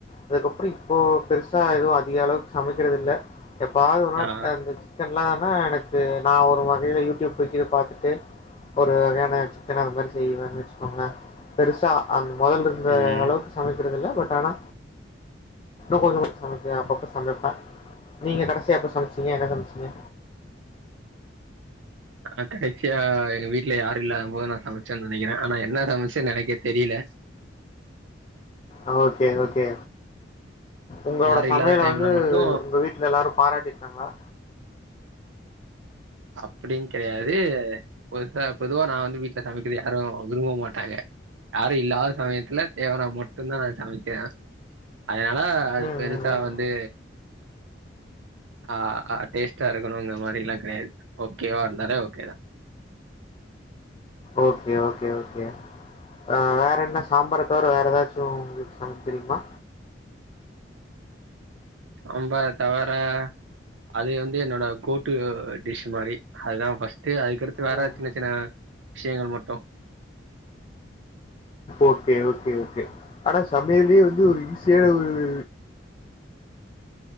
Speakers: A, on the left (about 30°); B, on the right (about 90°).
A: அதுக்கப்றோ இப்போ பெருசா எதுவு அதிக அளவுக்கு சமைக்கிறது இல்ல எப்பாது ஒரு நாள்
B: ஆ
A: நான்வெஜ்ஜு சிக்கன்லானா எனக்கு நா ஒரு வகையில யூடியூப் க்யூடியூப் பாத்துட்டு ஒரு வகையான சிக்கன் அத மாரி செய்வன்னு வெச்சுக்கோங்கள பெருசா அந் மொதல் இருந்த
B: ம்
A: அளவுக்கு சமைக்கிறதில்ல பட் ஆனா இன்னு கொஞ்சோ கொஞ் சமை ப்பே அப்பப்ப சமைப்ப நீங்க கடைசியா எப்ப சமைச்சீங்க என்ன சமைச்சீங்க
B: நா கடைசியா எங்க வீட்ல யாரு இல்லாம் போது நா சமைச்சன்னு நெனைக்கிற ஆனா என்ன சமைச்சன்னு எனக்கே தெரியில
A: அ ஓகே ஓகே உங்ளோட
B: யாரு
A: சமையல
B: இல்லாத டைம்ல
A: வந்து
B: மட்டு
A: உங்க வீட்ல எல்லாரு பாராடிர்க்காங்ளா
B: அப்டின் கெடையாது பொருத்த பொதுவா நான் வந்து வீட்ல சமைக்கிது யாரு விரும்ப மாட்டாங்க யாரு இல்லாத சமயத்துல தேவனா மட்டுந்தான் நான் சமைக்கிற அதுனால அது
A: ம்,
B: பெருசா
A: ம், ம்.
B: வந்து ஆ அ டேஸ்ட்டா இருக்கணுன்ற மாரிலா கெடுயாது ஓகேவா இருந்தாலே ஓகேதா
A: ஓகே ஓகே ஓகே ஆ வேறென்ன சாம்பார தவற வேற ஏதாச்சு உங்ளுக் சமைக் தெரிமா
B: சாம்பார் தவற அதி வந்து என்னோட கூட்டு டிஷு மாரி அதுதான் ஃபஸ் ட்டு அதுக்கடுத்து வேற
A: ம்.
B: சின்ன சின்ன விஷ்யங்கள் மட்டு
A: ஓகே ஓகே ஓகே ஆனா சமையல்யே வந்து ஒரு ஈசியான ஒரு